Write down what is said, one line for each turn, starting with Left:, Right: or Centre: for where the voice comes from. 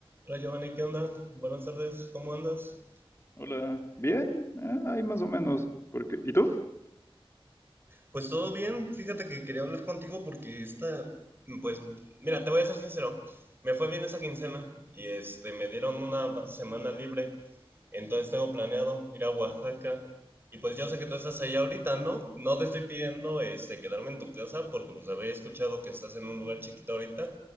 Right: Hola Giovanni, ¿qué onda? Buenas tardes, ¿cómo andas?
Left: Hola, bien, ah, ahí más o menos. Porque, ¿y tú?
Right: Pues todo bien, fíjate que quería hablar contigo porque esta, pues, mira, te voy a ser sincero, me fue bien esa quincena y este, me dieron una va- semana libre, entonces tengo planeado ir a Oaxaca y pues yo sé que tú estás allá ahorita, ¿no? No te estoy pidiendo, este, quedarme en tu casa porque pues había escuchado que estás en un lugar chiquito ahorita,